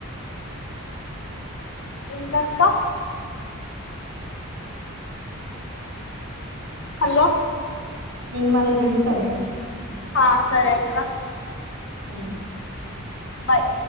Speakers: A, on the left; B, on the right.
A: ఇంకా అక్క హలో
B: నేను మళ్ళీ చేస్తానే
A: ఆ సరే అక్క
B: అ
A: బాయ్